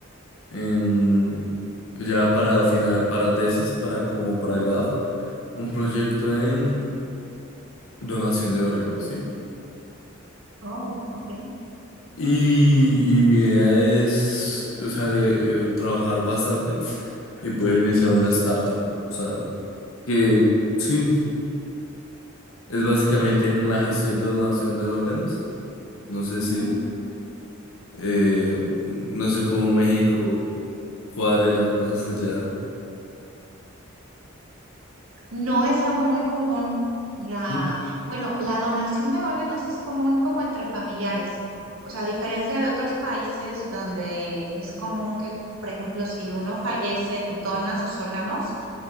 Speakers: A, on the left; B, on the right.
A: en, ya para final, para tesis, para como para grado, un proyecto en Donación de órganos, ¿sí?
B: Oh, ok.
A: Y, y mi idea es, o sea, de, eh, trabajar bastante y poder iniciar una startup. O sea, que sí, es básicamente en la gestión de donación de órganos. No sé
B: Ujú.
A: si, eh, no sé cómo México cuadre las cosas allá.
B: No es algo muy común. La,
A: Sí.
B: bueno, la donación de órganos es común como entre familiares. O sea, a diferencia de otros países donde es común que, por ejemplo, si uno fallece, dona sus órganos,